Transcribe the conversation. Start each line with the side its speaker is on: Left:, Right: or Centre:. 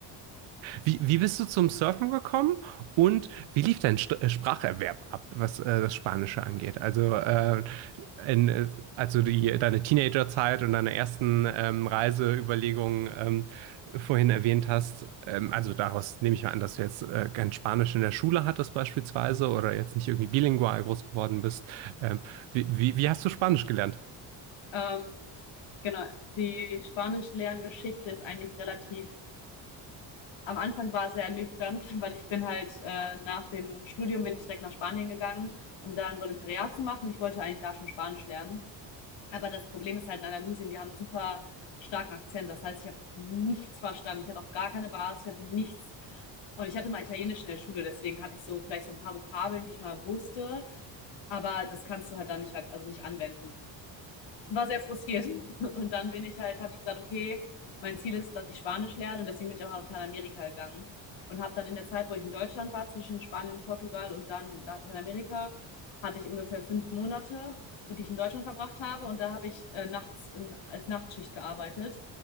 Right: wie, wie bist du zum Surfen gekommen und wie lief dein St äh, Spracherwerb ab, was äh, das Spanische angeht? Also, äh, in, äh, also die, deine Teenagerzeit und deine ersten ähm, Reiseüberlegungen ähm, vorhin erwähnt hast. Ähm, also daraus nehme ich mal an, dass du jetzt äh, kein Spanisch in der Schule hattest beispielsweise oder jetzt nicht irgendwie bilingual groß geworden bist. Ähm, wie, wie, wie hast du Spanisch gelernt? <laughs>
Left: Ähm, genau. Die Spanisch-Lerngeschichte ist eigentlich relativ Am Anfang war es sehr ernüchternd, <laughs> weil ich bin halt äh, nach dem Studium bin ich direkt nach Spanien gegangen, um da ein Volontariat zu machen. Ich wollte eigentlich da schon Spanisch lernen. Aber das Problem ist halt in Andalusien, die haben einen super starken Akzent. Das heißt, ich habe nichts verstanden. Ich hatte auch gar keine Basis, ich hatte nichts. Und ich hatte mal Italienisch in der Schule, deswegen hatte ich so vielleicht so ein paar Vokabeln, die ich mal wusste. Aber das kannst du halt da nicht, halt- also nicht anwenden und war sehr frustriert. <laughs> Und dann bin ich halt, habe ich gesagt, okay, mein Ziel ist, dass ich Spanisch lerne und deswegen bin ich auch nach Lateinamerika gegangen und habe dann in der Zeit, wo ich in Deutschland war, zwischen Spanien und Portugal und dann Lateinamerika, hatte ich ungefähr fünf Monate, die ich in Deutschland verbracht habe und da habe ich äh, nachts in, als Nachtschicht gearbeitet